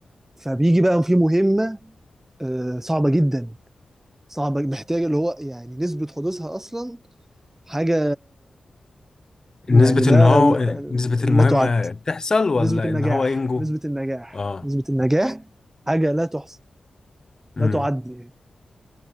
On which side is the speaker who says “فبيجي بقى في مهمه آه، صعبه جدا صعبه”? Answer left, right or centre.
Right